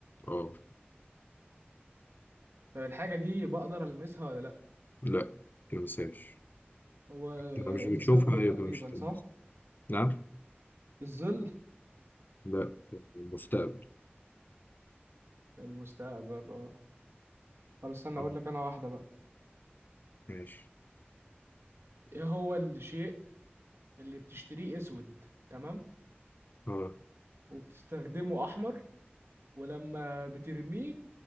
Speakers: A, on the left; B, on the right.
A: اه
B: طب الحاجة دي بقدر ألمسها ولا لأ
A: لا تلمسهاش
B: هو
A: لو مش بتشوفها
B: الظل تقريبا
A: يبقى مش تلمسها
B: صح
A: نعم
B: الظل
A: لا المستقبل
B: المستقبل اه طب استنى
A: آه،
B: أقول لك أنا واحدة بقى
A: ماشي
B: إيه هو الشيء اللي بتشتريه أسود تمام
A: اه
B: وبتستخدمه أحمر ولما بترميه